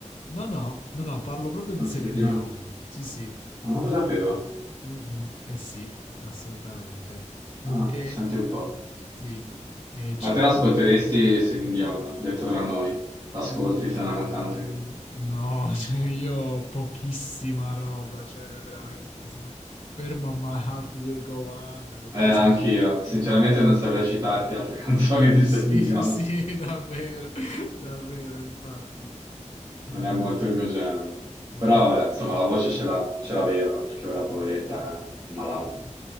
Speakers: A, on the left (about 50°); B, on the right (about 30°).
A: No, no, no, no, parlo proprio di
B: con
A: Céline
B: Celine Dion?
A: Dion. Sì, sì,
B: Ah, non lo sapevo.
A: Mm, mm, eh sì, assolutamente.
B: Ah,
A: E
B: senti un po'.
A: sì, e c-
B: Ma te l'ascolteresti Celine Dion, detto tra noi? L'ascolti,
A: mm,
B: sei una cantante che...
A: no, <laughs> cioè io ho pochissima roba, cioè veramente sono fermo a My Heart Will Go On,
B: Eh,
A: poi
B: anch'io.
A: se...
B: Sinceramente non saprei citarti altre <laughs> canzoni di
A: Sì,
B: Celine Dion.
A: sì, <laughs> sì, davvero, davvero, infatti.
B: Non
A: Eh,
B: è molto il mio genere.
A: mm,
B: Però vabbè, insomma, la voce ce l'ha- ce l'aveva, perché ora poveretta è malata.